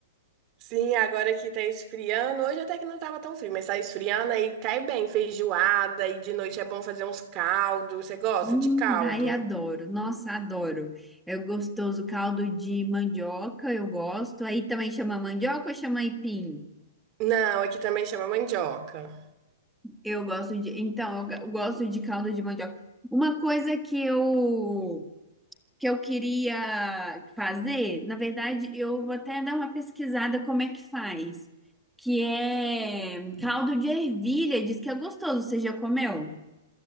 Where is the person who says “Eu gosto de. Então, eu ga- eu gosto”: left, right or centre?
Centre